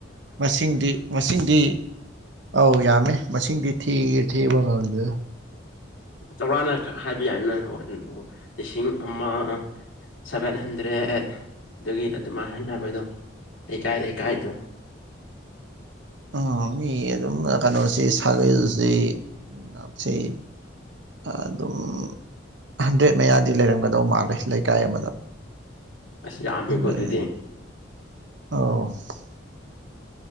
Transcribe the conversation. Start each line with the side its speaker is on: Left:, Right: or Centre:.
Right: ꯃꯁꯤꯡꯗꯤ ꯃꯁꯤꯡꯗꯤ ꯑꯧ ꯌꯥꯝꯃꯦ ꯃꯁꯤꯡꯗꯤ ꯊꯤ ꯊꯤꯕ ꯉꯝꯗꯦ
Left: ꯆꯥꯎꯔꯥꯛꯅ ꯈꯛ ꯍꯥꯏꯕ ꯌꯥꯏꯅ ꯍ ꯑꯗꯨ ꯑꯣ ꯂꯤꯁꯤꯡ ꯑꯃ ꯁꯚꯦꯟ ꯍꯟꯗ꯭ꯔꯦꯠ ꯑꯗꯨꯒꯤ ꯑꯗꯨꯃꯥꯏꯅ ꯍꯥꯏꯅꯕꯗꯣ ꯂꯩꯀꯥꯏ ꯂꯩꯀꯥꯏꯗꯣ
Right: ꯎ ꯃꯤ ꯑꯗꯨꯝ ꯀꯩꯅꯣꯁꯤ ꯁꯥꯒꯩꯁꯤ ꯅꯝ ꯁꯤ ꯑꯗꯨꯝ ꯍꯟꯗ꯭ꯔꯦꯠ ꯃꯌꯥꯗꯤ ꯂꯩꯔꯝꯒꯗꯧ ꯃꯥꯜꯂꯦ ꯂꯩꯀꯥꯏ ꯑꯃꯗ <unintelligible>
Left: ꯑꯁ ꯌꯥꯝꯃꯤꯀꯣ ꯑꯗꯨꯗꯤ
Right: <unintelligible>